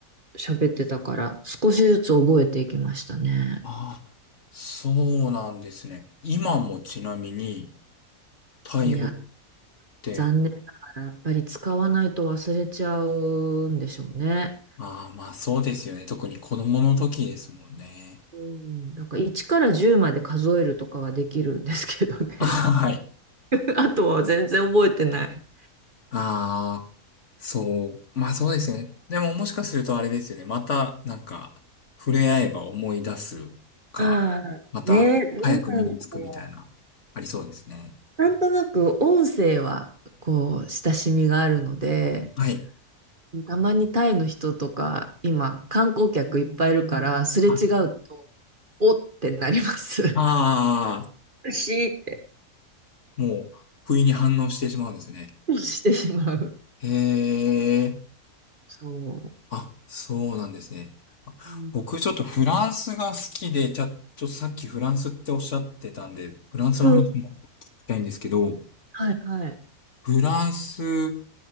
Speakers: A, on the right (about 35°); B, on the left (about 50°).
A: 喋ってたから、少しずつ覚えていきましたね。
B: ああ、そうなんですね。今もちなみに、タイ語っ
A: いや、
B: て、
A: 残念ながら、やっぱり使わないと忘れちゃうんでしょうね。
B: ああ、まあそうですよね。特に子供の時ですもんね。
A: うん、なんか1から10まで数えるとかはできるんですけどね。
B: <laughs> あはい。
A: <laughs> あとは全然覚えてない。
B: ああ、そう。まあそうですね。でももしかするとあれですよね。またなんか触れ合えば思い出すか、
A: ああ、
B: また早く身につくみたいな、
A: ね、どうなんだろ
B: ありそうですね。
A: うなんとなく音声はこう親しみがあるので、
B: はい。
A: たまにタイの人とか、今、観光客いっぱいいるから、すれ違うと、
B: あ
A: おってなります。<laughs>
B: あ
A: 美味しいって。
B: ー、もう不意に反応してしまうんですね。
A: してしまう。
B: へえ。
A: そう。
B: あ、そうなんですね。あ僕ちょっとフランスが好きで、
A: うん
B: じゃあ、ちょっとさっきフランスっておっしゃってたんで、フランスの話も聞きたいんですけど、
A: うん。はいはい。
B: フランス